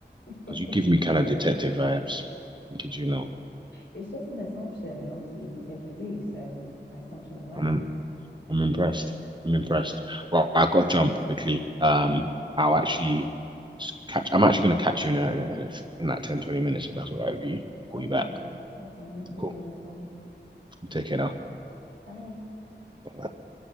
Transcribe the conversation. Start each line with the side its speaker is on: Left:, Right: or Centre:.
Left: <laughs>
Right: because you give me kind of detective vibes. Could you not?
Left: It's just an assumption, and obviously you said you do, so my assumption was right.
Right: I mean, I'm impressed. I'm impressed. Well, I got to jump quickly. Um, I'll actually s- catch. I'm actually gonna catch you in a, in a, in like 10, twenty minutes if that's all right with you. Call
Left: Okay.
Right: you back.
Left: Okay, no problem
Right: Cool.
Left: at all.
Right: Take care now.
Left: Bye.
Right: Bye.